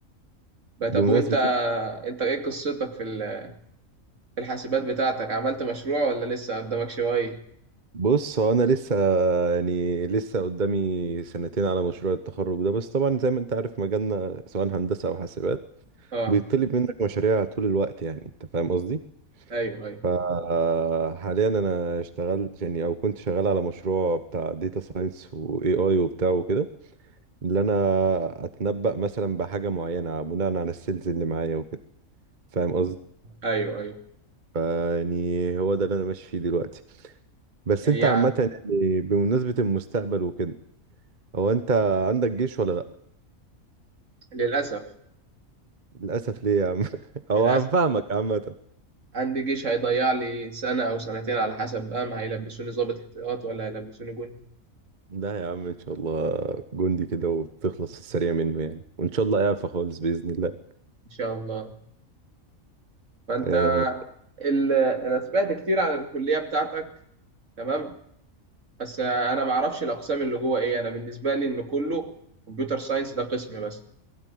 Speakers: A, on the right; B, on the right.
A: بقى
B: بمناسبة
A: طب وانت انت ايه قصتك في ال- في الحاسبات بتاعتك عملت مشروع ولا لسه قدامك شوية
B: بص هو أنا لسه يعني لسه قدامي سنتين على مشروع التخرج ده بس طبعا زي ما أنت عارف مجالنا سواء هندسة أو حاسبات
A: اه
B: بيطلب منك مشاريع طول الوقت يعني أنت فاهم قصدي؟
A: ايوه ايوه
B: فحاليا أنا اشتغلت يعني أو كنت شغال على مشروع بتاع داتا ساينس وإي آي وبتاع وكده اللي أنا أتنبأ مثلا بحاجة معينة بناء على السيلز اللي معايا وكده فاهم
A: ايوه ايوه
B: فيعني هو ده اللي انا ماشي فيه دلوقتي بس
A: هي
B: انت عامة يعني بمناسبة المستقبل وكده هو انت عندك جيش ولا لا؟
A: للاسف
B: للأسف ليه يا عم <laughs>
A: للاسف
B: هو انا فاهمك عامة
A: عندي جيش هيضيع لي سنة او سنتين على حسب بقى ما هيلبسوني ضابط احتياط ولا هيلبسوني جندي
B: لا يا عم ان شاء الله جندي كده وتخلص السريع منه يعني وان شاء الله اعفى خالص بإذن الله
A: ان شاء الله فانت
B: آه،
A: ال- انا سمعت كتير عن الكليه بتاعتك تمام بس انا ما اعرفش الاقسام اللي جوه ايه انا بالنسبه لي ان كله كمبيوتر ساينس ده قسم بس